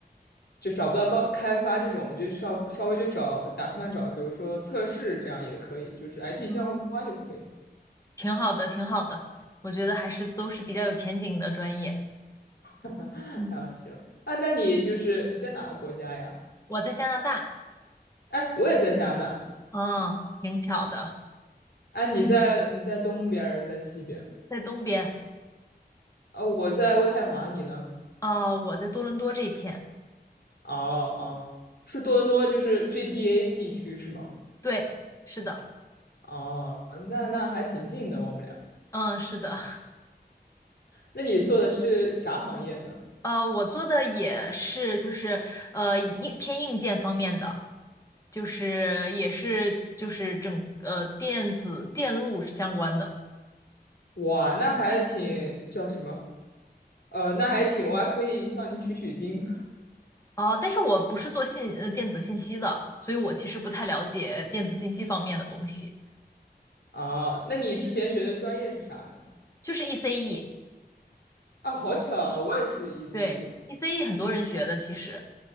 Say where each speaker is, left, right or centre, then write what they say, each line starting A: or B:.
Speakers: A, on the left; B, on the left.
A: 就找不到高开发这种，我就稍稍微就找打算找比如说测试这样也可以，就是 IT 相关就可以。
B: 哦，挺好的，挺好的，我觉得还是都是比较有前景的专业。
A: <laughs>
B: 嗯，
A: 啊，行啊，那你就是你在哪个国家呀？
B: 我在加拿大，
A: 哎，我也在加拿大。
B: 嗯，挺巧的，
A: 哎，你在你在东边儿，在西边
B: 在东边。
A: 啊？我在渥太华，你呢？
B: 呃，我在多伦多这片。
A: 哦哦，是多伦多，就是 GTA 地区是吗？
B: 对，是的，
A: 哦，那那还挺近的，我们俩。
B: 嗯，是的，
A: 那你做的是啥行业呢？
B: <laughs> 呃，我做的也是，就是呃硬偏硬件方面的，就是也是就是整呃电子电路相关的。
A: 哇，那还挺叫什么？呃，那还挺，我还可以向你取取经
B: 啊，但是我不是做信呃电子信息的，所以我其实不太了解电子信息方面的东西，
A: 啊。那你之前学的专业是啥呢？
B: 就是 ECE，
A: 啊，好巧啊，我也是 ECE。
B: 对，ECE 很多人学的其实，